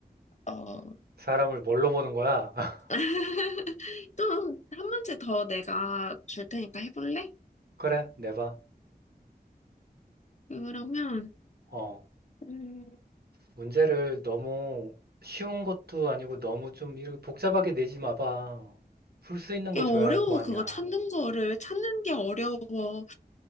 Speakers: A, on the left (about 45°); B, on the right (about 70°).
A: 어.
B: 사람을 뭘로 보는 거야? <laughs>
A: <laughs> 또 한 문제 더 내가 줄 테니까 해볼래?
B: 그래, 내봐.
A: 그러면
B: 어,
A: 음,
B: 문제를 너무 쉬운 것도 아니고 너무 좀 이렇게 복잡하게 내지 마봐. 풀 수 있는
A: 이게
B: 걸 줘야
A: 어려워.
B: 할 거 아니야.
A: 그거 찾는 거를 찾는 게 어려워.